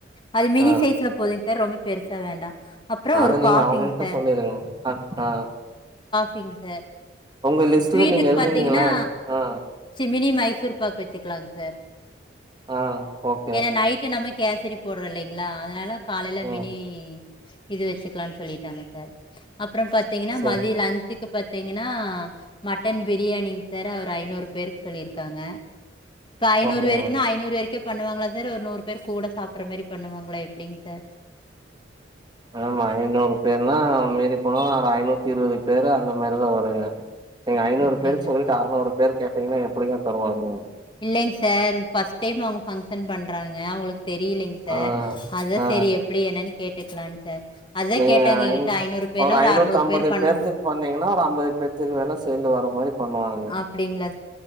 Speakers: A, on the left (about 25°); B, on the right (about 25°).
A: அது மினி
B: ஆ
A: சைஸ்ல போதுங்சார் ரொம்ப பெருசா வேண்டா அப்றோ
B: அத
A: ஒரு
B: நீங்க
A: காஃபிங்
B: அவங்ககிட்ட
A: சார்
B: சொல்லிருங்க ஆ
A: பிங்க் சார்
B: உங்க லிஸ்ட்ல
A: ஸ்வீட்டுக்கு
B: நீங்க எழுதுவீங்கள
A: பாத்தீங்கன்னா
B: ஆ
A: மினி மைசூர் பாக் வச்சுக்லாங்க சார்
B: ஆ ஓகே
A: ஏன்னா நைட்டு நம்ம கேசரி போட்றோ இல்லைங்களா அதனால காலைல
B: ம்
A: மினி இது வெச்சுக்லான் சொல்லிட்டாங்க சார் அப்றொ பாத்தீங்கன்னா
B: செரி
A: மதியொ லன்ச்சுக் கு பாத்தீங்கனா மட்டன் பிரியாணிங் சார் ஒரு ஐநூறு பேருக்கு சொல்லிருக்காங்க இப்ப ஐநூறு
B: ஓகேங்க
A: வேருக்குன்னா ஐநூறு வேருக்கே பண்ணுவாங்ளா சார் ஒரு நூறு பேர் கூட சாப்புர்ற மேரி பண்ணுவாங்களா எப்டிங் சார்
B: ஆமா ஐநூறு பேர்னா மீறி போனா ஒரு ஐநூத்தி இருவது பேரு அந்த மாரிதா வருங்க நீங்க ஐநூறு
A: அப்டிங்களா
B: பேருக் சொல்லிட்டு
A: சார்
B: அறுநூறு பேருக் கேட்டீங்கனா எப்பிடிங்க தருவாங்க
A: இல்லைங் சார் ஃபஸ்ட் டைம் அவுங்க ஃபங் எர்ன் பண்றாங்க அவங்களுக்கு தெரிலங்க சார்
B: ஆ
A: அதான்
B: ஆ
A: சேரி எப்புடி என்னனு கேட் டுக்லான் சார் அதா
B: நீங்க
A: கேட்டாங்க எங்கிட்ட
B: ஐநூறு
A: பேர்னா
B: ஒரு ஐநூத்து
A: அறநூறு
B: அம்பது
A: பேர் பண்ணு
B: பேத்தக்கு பன்னீங்கன்னா ஒரு அம்பது பேத்துக்கு வேணா சேந்து வர மாரி பண்ணுவாங்க
A: அப்டிங்ளா